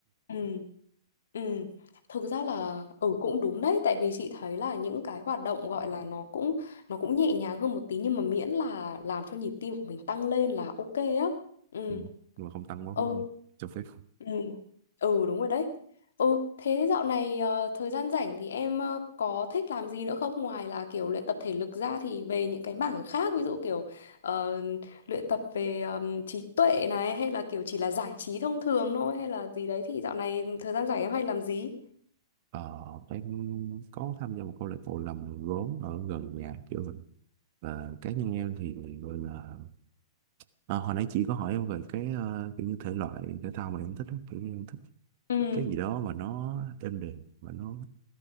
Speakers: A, on the left; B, on the right.
A: ừ ừ thực ra là ừ cũng đúng đấy tại vì chị thấy là những cái hoạt động gọi là nó cũng nó cũng nhẹ nhàng hơn một tí nhưng mà miễn là làm cho nhịp tim của mình tăng lên là ok á ừ
B: ừ. nhưng mà không tăng quá
A: ừ
B: cho phép
A: Ừ. Ừ đúng rồi đấy. Ừ thế dạo này ờ, thời gian rảnh thì em ờ, có thích làm gì nữa không ngoài là kiểu luyện tập thể lực ra thì về những cái mảng khác ví dụ kiểu ờ, luyện tập về ờm, trí tuệ này hay là kiểu chỉ là giải trí thông thường thôi hay là gì đấy thì dạo này thời gian rảnh em hay làm gì?
B: Ờ, em có tham gia một câu lạc bộ làm gốm ở gần nhà kiểu vậy và cá nhân em thì gọi là à, hồi nãy chị có hỏi em về cái ờ, kiểu như thể loại thể thao mà em thích á. kiểu như em thích
A: Ừ.
B: cái gì đó mà nó êm đềm và nó